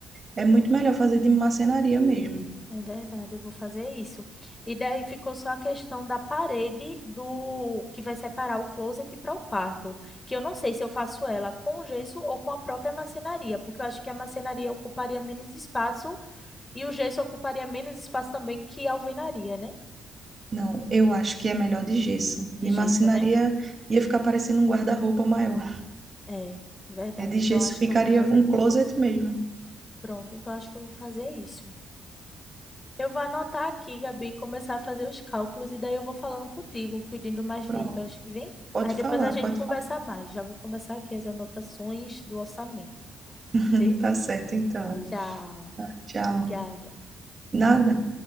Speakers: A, on the right; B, on the left.
A: É muito melhor fazer de marcenaria mesmo.
B: É verdade, eu vou fazer isso. E daí ficou só a questão da parede do que vai separar o closet para o quarto, que eu não sei se eu faço ela com o gesso ou com a própria marcenaria, porque eu acho que a marcenaria ocuparia menos espaço e o gesso ocuparia menos espaço também que a alvenaria, né?
A: Não, eu acho que é melhor de gesso.
B: De
A: De
B: gesso,
A: marcenaria
B: né?
A: ia ficar parecendo um guarda-roupa maior.
B: É, verdade.
A: É de
B: Então
A: gesso
B: acho
A: ficaria
B: que eu vou fazer
A: um
B: de
A: closet
B: gesso.
A: mesmo.
B: Pronto, então acho que eu vou fazer isso. Eu vou anotar aqui, Gabi, começar a fazer os cálculos e daí eu vou falando contigo, pedindo mais
A: Pronto,
B: dicas, vem?
A: pode
B: Aí depois
A: falar,
B: a gente
A: pode
B: conversa
A: falar.
B: mais. Já vou começar aqui as anotações do orçamento.
A: <laughs>
B: Vê?
A: Tá certo, então.
B: Tchau.
A: Tchau.
B: Obrigada.
A: Nada.